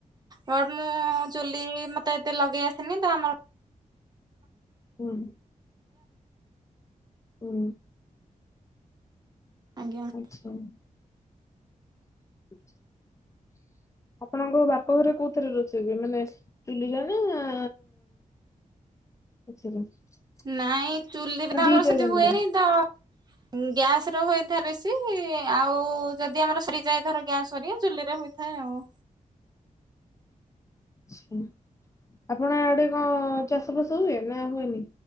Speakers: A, on the right; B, on the left.
A: ବଟ ମୁଁ ଚୁଲି ମତେ ଏତେ ଲଗେଇ ଆସିନି ତ ଆମର
B: ହୁଁ। ହୁଁ।
A: ଆଜ୍ଞା।
B: <unintelligible> <inaudible> ଆପଣଙ୍କ ବାପଘରେ କୋଉଥିରେ ରଛି ମାନେ ଚୁଲି ରେ ନା <inaudible>
A: ନାଇଁ ଚୁଲିରେ
B: ନା
A: ତ ଆମର
B: ଦିଟା
A: ସେଠି
B: ଯାକରେ
A: ହୁଏନି ତ ଗ୍ୟାସ ର ହୋଇଥାଏ ବେଶି ଆଉ ଯଦି ଆମର ସରିଯାଇଥର ଗ୍ୟାସ୍ ସ ଚୁଲିରେ ହୋଇଥାଏ ଆଉ।
B: ଛ ଆପଣ ଆଡେ କଣ ଚାଷବାସ ହୁଏ ନା ହୁଏନି?